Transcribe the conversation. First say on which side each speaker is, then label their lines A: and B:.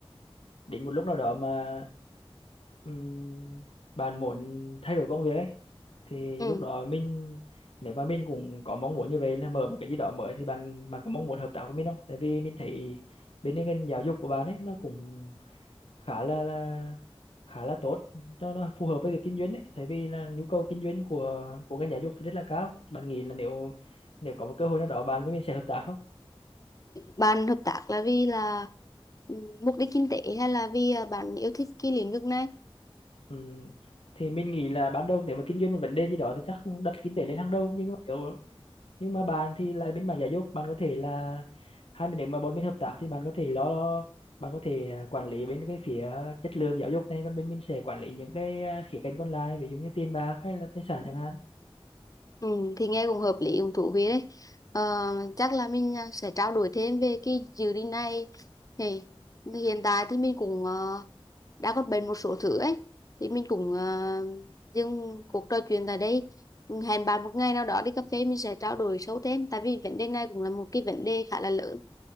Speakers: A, on the left; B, on the left.
A: đến một lúc nào đó mà Ừm, bạn muốn thay đổi công việc ấy thì
B: ừ.
A: lúc đó mình nếu mà mình cũng có mong muốn như vậy là mở một cái gì đó mới thì bạn bạn có mong muốn hợp tác với mình không? Tại vì mình thấy bên ngành giáo dục của bạn ấy nó cũng khá là, là khá là tốt nó nó phù hợp với việc kinh doanh ấy tại vì là nhu cầu kinh doanh của của ngành giáo dục thì rất là cao bạn nghĩ là nếu nếu có một cơ hội nào đó bạn với mình sẽ hợp tác không
B: bạn hợp tác là vì là ừ, mục đích kinh tế hay là vì ờ, bạn yêu thích cái lĩnh vực này
A: Ừm, thì mình nghĩ là ban đầu nếu mà kinh doanh một vấn đề gì đó thì chắc đặt kinh tế lên hàng đầu nhưng mà nếu nhưng mà bạn thì lại bên mảng giáo dục bạn có thể là hai bên nếu mà bốn bên hợp tác thì bạn có thể lo lo- bạn có thể à, quản lý bên cái phía chất lượng giáo dục này còn bên mình sẽ quản lý những cái à, khía cạnh còn lại ví dụ như tiền bạc hay là tài sản chẳng hạn
B: Ừ, thì nghe cũng hợp lý cũng thú vị đấy ờ, chắc là mình à, sẽ trao đổi thêm về cái dự định này thì hiện tại thì mình cũng ờ, đã có bệnh một số thứ ấy thì mình cũng uh, dừng cuộc trò chuyện tại đây hẹn bạn một ngày nào đó đi cà phê mình sẽ trao đổi sâu thêm tại vì vấn đề này cũng là một cái vấn đề khá là lớn